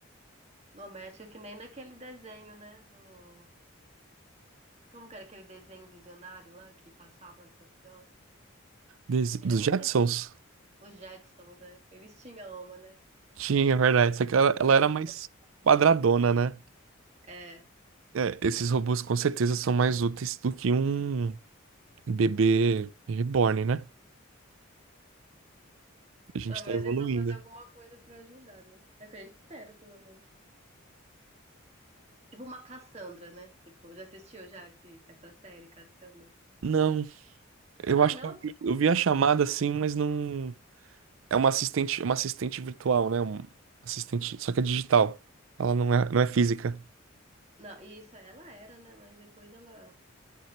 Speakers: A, on the right (about 30°); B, on the right (about 75°).
A: doméstica, que nem naquele desenho, né? Do. Como que era aquele desenho visionário lá que passava na televisão?
B: Des-
A: Ele
B: dos
A: é muito
B: Jetsons.
A: antigo. Os Jetsons, né? Eles tinham uma, né?
B: Tinha, é verdade. Só que ela,
A: Ou
B: ela
A: doméstico.
B: era mais quadradona, né?
A: É.
B: É, esses robôs com certeza são mais úteis do que um bebê reborn, né? A gente
A: Pelo
B: tá
A: menos
B: evoluindo.
A: eles vão fazer alguma coisa pra ajudar, né? É o que a gente espera, pelo menos. Tipo uma Cassandra, né? Tipo, já assistiu já esse- essa série, Cassandra?
B: Não, eu
A: Ah,
B: acho
A: não?
B: que eu vi eu vi a chamada assim, mas não. É uma assistente, uma assistente virtual, né? Um assistente, só que é digital. Ela não é, não é física.
A: Não, isso, ela era, né? Mas depois ela,